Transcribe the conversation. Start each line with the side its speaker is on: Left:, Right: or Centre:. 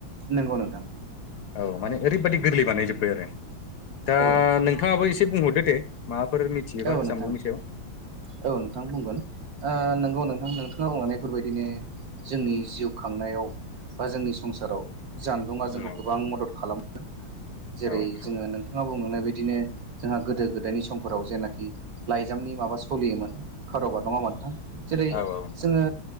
Right: नंगौ नोंथां
Left: औ माने ओरैबायदि गोरलै बानायजोबबाय आरो दा
Right: औ नोंथां
Left: नोंथाङाबो एसे बुंहरदो दे माबा मिथियोबा
Right: औ
Left: जानबुंनि
Right: नोंथां
Left: सायाव
Right: औ नोंथां बुंगोन ओ नोंगौ नोंथां नोंथाङा बुंलांनायफोरबायदिनो जोंनि जिउ खांनायाव बा जोंनि संसाराव जानबुङा जोंखौ
Left: औ
Right: गोबां मदद खालामो जेरै
Left: औ
Right: जोङो नोंथाङा बुंना बिदिनो जोंहा गोदो गोदायनि समफोराव जेनाखि लाइजामनि माबा सोलियोमोन खारबार नङा होमबा नोंथां जेरै
Left: औ औ
Right: जोङो